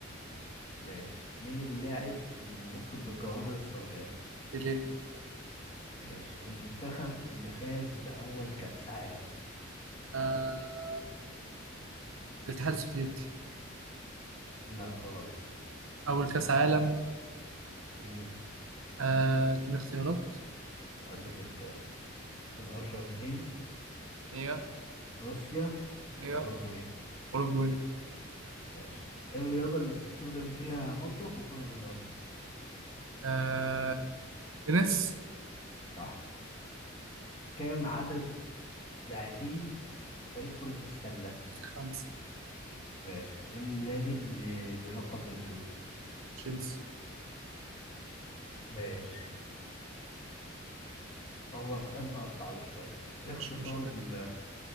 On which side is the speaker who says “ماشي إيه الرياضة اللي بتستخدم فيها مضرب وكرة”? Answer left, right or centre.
Left